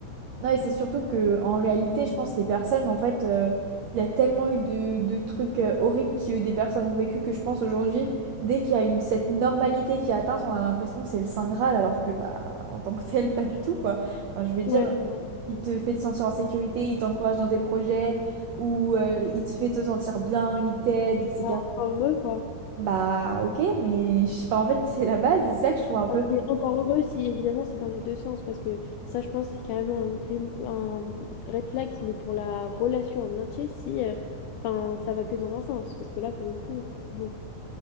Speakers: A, on the right (about 80°); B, on the left (about 80°).
A: Non, et c'est surtout que en réalité, je pense les personnes, en fait, euh, il y a tellement eu de, de trucs euh, horribles que des personnes ont vécu que je pense aujourd'hui, dès qu'il y a une, cette normalité qui est atteinte, on a l'impression que c'est le Saint Graal, alors que bah en tant que <laughs> tel, pas du tout, quoi. Enfin, je veux dire,
B: Ouais, vraiment.
A: il te fait te sentir en sécurité, il t'encourage dans tes projets, ou euh, il te fait te sentir bien, il t'aide, etc.
B: Bah, encore heureux, quoi.
A: Bah ok, mais je- enfin, en fait, c'est la base, et c'est ça que je trouve un
B: Enfin,
A: peu.
B: Je suis encore heureux si évidemment c'est dans les deux sens parce que ça je pense c'est carrément un green un red flag mais pour la relation en entier si euh, enfin ça va que dans un sens parce que là pour le coup euh, bon